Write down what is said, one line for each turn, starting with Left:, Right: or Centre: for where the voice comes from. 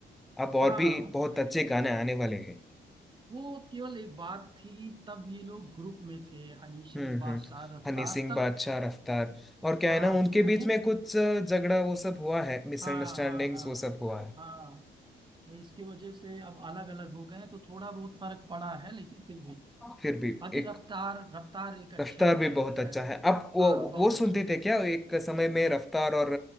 Centre: अब और
Right: हाँ
Centre: भी
Right: वो
Centre: बहुत
Right: तो है ही
Centre: अच्छे
Right: है
Centre: गाने आने वाले हैं
Right: वो केवल एक बात थी तब ये लोग ग्रुप में थे हनी सिंह
Centre: हम्म
Right: बादशाह
Centre: हम्म
Right: रफ्तार
Centre: हनी सिंह
Right: तब
Centre: बादशाह रफ्तार और क्या
Right: हाँ
Centre: है ना उनके
Right: शुरू में
Centre: बीच में कुछ अ, झगड़ा वो सब हुआ है मिसअंडरस्टैंडिंग्स
Right: हाँ हाँ हाँ
Centre: वो सब हुआ है
Right: हाँ इसकी वजह से अब अलग अलग हो गए हैं, तो थोड़ा बहुत फर्क पड़ा है लेकिन फिर भी
Centre: फिर भी
Right: बाकी रफ्तार
Centre: एक
Right: रफ्तार एक अच्छा
Centre: रफ्तार
Right: अ,
Centre: भी बहुत
Right: है
Centre: अच्छा है आप वो
Right: हाँ बहुत
Centre: वो सुनते
Right: अच्छा
Centre: थे क्या एक समय में रफ्तार और